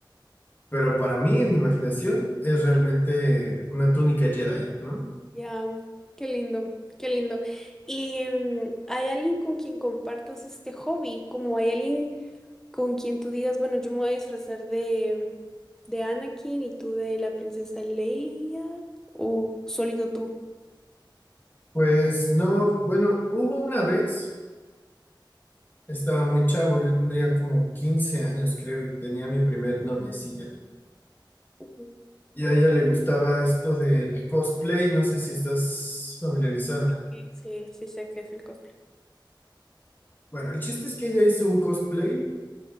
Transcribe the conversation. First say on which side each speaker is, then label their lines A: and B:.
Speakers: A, on the left; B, in the centre.
A: pero para mí en mi imaginación es realmente una túnica Jedi, ¿no?
B: Ya, qué lindo, qué lindo. ¿Y mm, hay alguien con quien compartas este hobby? Como hay alguien con quien tú digas, bueno, yo me voy a disfrazar de, de Anakin y tú de la princesa Leia, o solito tú.
A: Pues no, bueno, hubo una vez, estaba muy chavo, yo tendría como 15 años, creo, y tenía mi primer noviecilla.
B: Ujú.
A: Y a ella le gustaba esto del cosplay, no sé si estás familiarizada.
B: Sí, sí, sí sé que es el cosplay.
A: Bueno, el chiste es que ella hizo un cosplay